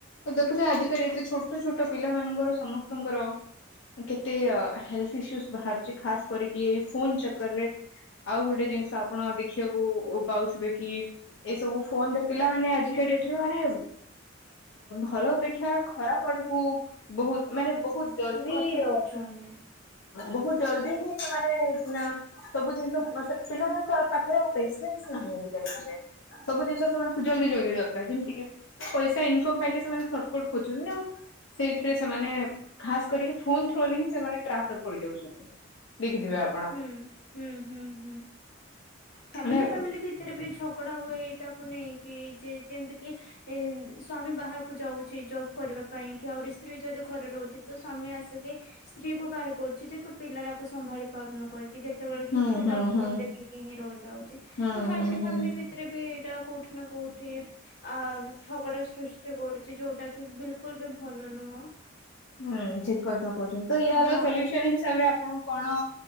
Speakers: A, on the left; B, on the left.
A: ଦେଖୁଛ ଆଜି ଏଠି ଛୋଟ ଛୋଟ ପିଲା ମାନଙ୍କର ସମସ୍ତଙ୍କର କେତେ ହେଲଥ ଇସୁ ବାହାରୁଛି। ଖାସ କରିକି, ଏଇ ଫୋନ ଚକରେ। ଆଉ ଗୋଟେ ଜିନିଷ, ଆପଣ ଦେଖିବାକୁ ପାଉଥିବେ କି। ଏଇ ସବୁ ଫୋନରେ, ପିଲାମାନେ ଆଜିକା ଡେଟରେ। ମାନେ ଭଲ ଅପେକ୍ଷା ବା ଖରାପ ଆଡକୁ ବହୁତ ମାନେ ବହୁତ ଜଲଦି
B: ଗତି
A: ହଁ
B: କରୁଛନ୍ତି
A: ବହୁତ ଜଲଦି ହିଁ ସେମାନେ ଅଁ ସବୁ ଜିନିଷ ବସ ପିଲାମାନଙ୍କ ପାଖରେ ଆଉ ପେସେନ୍ସ ନାହିଁ ଆଜିକା ଡେଟ୍ ରେ। ସବୁ ଜିନିଷ ସେମାନଙ୍କୁ ଜଲଦି ଜଲଦି ଦରକାର। ଯେମିତି ପଇସା ଇନକମ ପାଇକି ସେମାନେ କଣ ଖୋଜୁନି ଆଉ। ସେଇଥିରେ ସେମାନେ ଖାସ କରିକି ଫୋନ ଥ୍ରୁରେ ହିଁ ସେମାନେ ଟ୍ରାକରେ ପଡି ଯାଉଛନ୍ତି। ଦେଖିଥିବେ ଆଉ।
B: ହୁଁ, ହୁଁ, ହୁଁ, ହୁଁ ଫ୍ୟାମିଲି
A: ମାନେ
B: ଫ୍ୟାମିଲି ଭି ତିରେ ବି ଝଗଡା ହୁଏ ଏଇଟାକୁ ନେଇକି। ଯେ ଯେମିତି କି ଏ ସ୍ଵାମୀ ବାହାରକୁ ଯାଉଛି ଯଉ କରିବା ପାଇଁ କି ଆହୁରି ସ୍ତ୍ରୀ ଯଦି ଘରେ ରହୁଛି, ତ ସ୍ୱାମୀ ଆସିକି ସ୍ତ୍ରୀ କୁ ଗାଳି କରୁଚି ଯେ, ତୁ ପିଲାଟାକୁ ସମ୍ଭାଳି ପାରୁନୁ କହିି। କି ଯେତେବେଳେ
A: ହୁଁ
B: କି ପିଲା
A: ହୁଁ
B: ଫୋନ
A: ହୁଁ
B: ଦେଖିକି ହିଁ ରହିଥାଉଛି।
A: ହୁଁ
B: ତ ଫ୍ୟାମିଲି,
A: ହୁଁ
B: ଫ୍ୟାମିଲି
A: ହୁଁ।
B: ଭି ତେରେ ବି ଏଇଟା କୋଉଠି ନା କୋଉଠି, ଅ ଝଗଡା ସୃଷ୍ଟି କରୁଛି। ଯୋଉଟା କି ବିଲକୁଲ ବି ଭଲ ନୁହଁ।
A: ହୁଁ ଉଚିତ କଥା କହୁଛନ୍ତି। ତ ୟାର
B: ହଁ
A: ସଲ୍ୟୁସନ ହିସାବରେ ଆପଣ କଣ